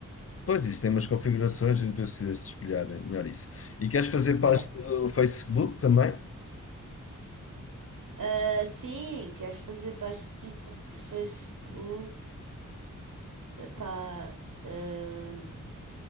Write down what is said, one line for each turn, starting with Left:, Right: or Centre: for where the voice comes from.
Left: Pois isso tem umas configurações, e depois precisas de espelhar melhor isso. E queres fazer
Right: Yeah.
Left: página no Facebook também?
Right: Ah, sim, quero fazer página de Facebook. Epá, ah,